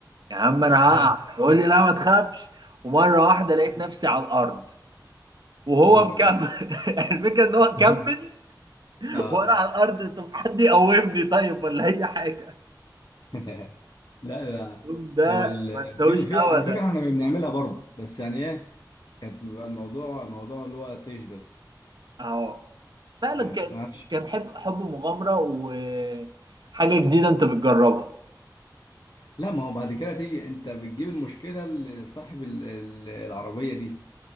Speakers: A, on the right; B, on the left.
A: يا عم انا هقع
B: <laughs>
A: يقول لي لا ما تخافش ومره واحده لقيت نفسي على الارض وهو
B: انا
A: مكمل
B: ربنا
A: <laughs> الفكره ان هو
B: <laughs>
A: كمل
B: اه
A: وانا على الارض طب حد يقومني طيب ولا اي حاجه
B: <laughs> لا لا
A: اليوم ده
B: هو ال...
A: ما انساهوش
B: في في
A: ابدا
B: على فكره احنا كنا بنعملها برضه بس يعني ايه كانت بيبقى الموضوع موضوع اللي هو طيش بس
A: اهو فعلا
B: ما
A: كان كان حب حب مغامره وحاجه جديده انت بتجربها
B: لا ما هو بعد كده تيجي انت بتجيب المشكله لصاحب ال- ال- العربيه دي